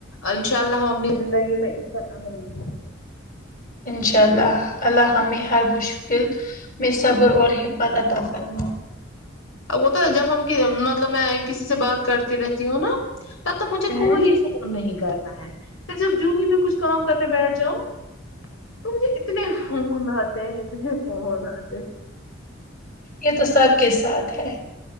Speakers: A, on the left (about 85°); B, on the left (about 45°).
A: انشاء اللہ ہم اپنی زندگی میں اس پر عمل ہیں
B: انشاء اللہ اللہ ہمیں ہر مشکل <unintelligible>
A: وہ تو جب ہم مطلب میں کسی سے بات کرتی رہتی ہوں نا تب تک مجھے کوئی
B: ہوں
A: نہیں کرتا ہے پھر جب جو ہی میں کچھ کام کرنے بیٹھ جاؤ تو مجھے اتنے فون آتے ہیں اتنے فون آتے
B: یہ تو سب کے ساتھ ہے